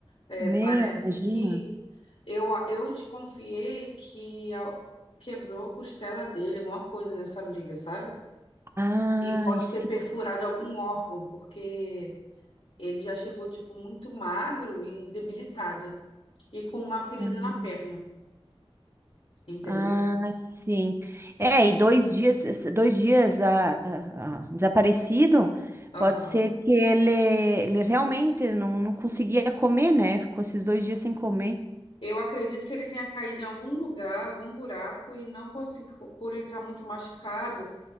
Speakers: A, on the left (about 70°); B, on the right (about 25°).
A: É,
B: Meu,
A: parece
B: imagina.
A: que eu, a- eu desconfiei que a- quebrou a costela dele, alguma coisa nessa briga, sabe?
B: Ai,
A: E pode
B: sim.
A: ter perfurado algum órgão, porque ele já chegou, tipo, muito magro e debilitado, e com uma ferida
B: Aham.
A: na perna, entendeu?
B: Ai, sim. É, e dois dias, dois dias ah, ah, ah, desaparecido,
A: Aham.
B: pode ser que ele, ele realmente não, não conseguia comer, né? Ficou esses dois dias sem comer.
A: Eu acredito que ele tenha caído em algum lugar, algum buraco, e não conseguiu, por ele estar muito machucado.